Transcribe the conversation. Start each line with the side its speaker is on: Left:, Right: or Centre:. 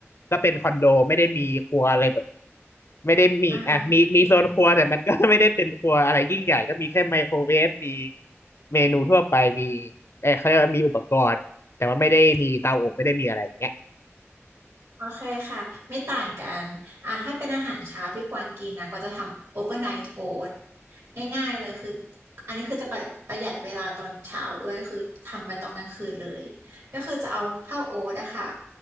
Left: ก็เป็นคอนโดไม่ได้มีครัวอะไรแบบไม่ได้มีอ่ะมีมีโซนครัวแต่มันก็
Right: อ่า
Left: <laughs> ไม่ได้เป็นครัวอะไรยิ่งใหญ่ก็มีแค่ไมโครเวฟมีเมนูทั่วไปมีเออเขาเรียกว่ามีอุปกรณ์แต่ว่าไม่ได้มีเตาอบไม่ได้มีอะไรอย่างเงี้ย
Right: โอเคค่ะไม่ต่างกันอ่าถ้าเป็นอาหารเช้าที่กวางกินนะก็จะทำ overnight oat ง่ายๆเลยคืออันนี้คือจะประประหยัดเวลาตอนเช้าด้วยก็คือทำไปตอนกลางคืนเลยก็คือจะเอาข้าวโอ๊ตอะค่ะ